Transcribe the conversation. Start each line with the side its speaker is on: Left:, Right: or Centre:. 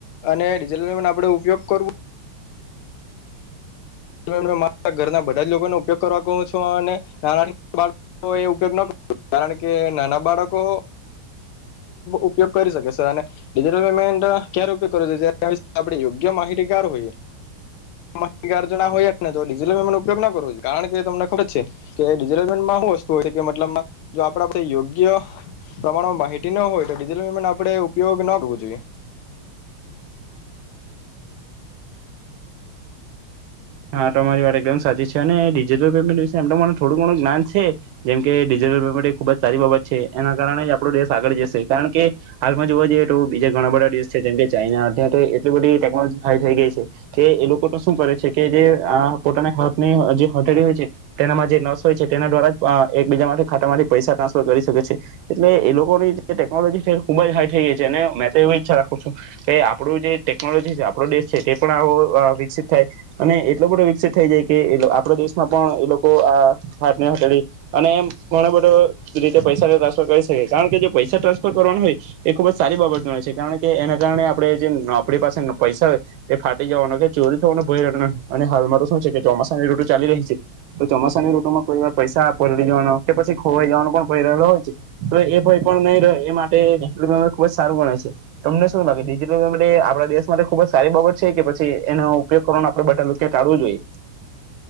Left: અને ડિજિટલ પેમેન્ટ આપણે ઉપયોગ કરવો મારા ઘરના બધા જ લોકોને ઉપયોગ કરવા કહ છો અને નાના બાળકો એ ઉપયોગ કર કારણ કે નાના બાળકો ઉપયોગ કરી શકે છે અનેટલ પેમેન્ટ ક્યારે ઉપયોગ કર આપ યોગ્ય માહિતી કાર હોઈએ માહીજ ના હોયટલમેન્ટ ઉપયોગ ના કરવો જો કારણ કે તમને ખબર છે કેટલ પેમેન્ટમાંું વસ્તુ હોય કે મતલબ જો આપ યોગ્ય પ્રમાણમાં માહિતી ન હોય તોટલ પેમેન્ટ આપણે ઉપયોગ ના કરવો જોઈએ
Right: હા તમારી વાત એકદમ સાચી છે અને ડિજિટલ પેમેન્ટ દ એમનું મને થોડું ઘણું જ્ઞાન છે જેમ કે ડિજિટલ પેમેન્ટ એ ખુબ જ સારી બાબત છે એના કારણે જ આપણો દેશ આગળ જશે કારણ કે હાલમાં જોવા જઈએ તો બીજા ઘણા બધા દેશ જેમ કે ચાઈઇના અ તો એટલી બધી ટેકનોલોજી હાઈ થઈ ગઈ છે કે એ લોકો તો શું કરે છે કે જે પોતાના હાથની જે હથેળ હોય છે તેનામાં જે નસ હોય છે તેના દ્વારા જ એકબીજા માટે ખાતામાંથી પૈસા ટ્રાન્સફર કરી શકે છે એટલે એ લોકોની જે ટેકનોલોજીે ખૂબ જ હાઈ થઈ ગઈ છે અને મેં તો એવી ઈચ્છા રાખું છું કે આપણું જે ટેકનોલોજી છે આપણો દેશ છે તે પણ આવો વિકસિત થાય અને એટલો બધો વિકસિત થઈ જાય કે આપણા દેશમાં પણ એ લોકો આ ફાટને હટળ અને એમ ઘણો બધો રીતે પૈસા ટ્રાન્સફર કરી શકે કારણ કે જે પૈસા ટ્રાન્સફર કરવાનો હોય એ ખુબ જ સારી બાબત ગ છે કારણ કે એના કારણે આપણે જે આપણી પાસે પૈસા હોય એ ફાટી જવાનો કે ચોરી થવાનો હાલ શ છે ચોમાસાની રટો ચાલી રહી છે તો ચોમાસાની રૂટમાં કોઈ વાર પૈસા પડી જવા કે પછી ખોવાઈ જવાનો પણ રહેલો હોય છે તો એ ભય પણ નહી એ માટેટલ પમેન્ટ ખુબ જ સારું ગ છે તમને શું લાગેિજટલ પેમેન્ટ આપણા દેશ માટે ખુબ જ સારી બાબત છે કે પછી એનો ઉપયોગ કો આપડે બધા ટાળવું જોઈએ